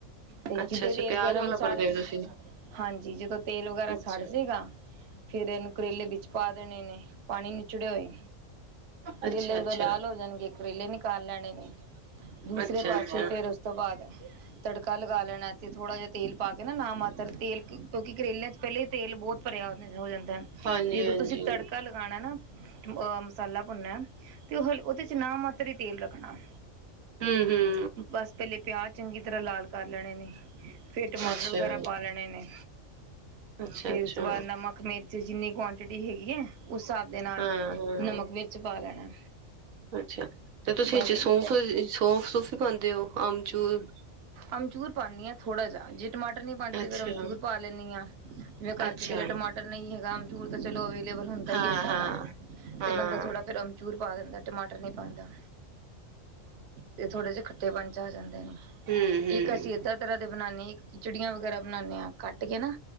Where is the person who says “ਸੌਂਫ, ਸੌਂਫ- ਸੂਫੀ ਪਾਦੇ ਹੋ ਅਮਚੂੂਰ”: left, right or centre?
Right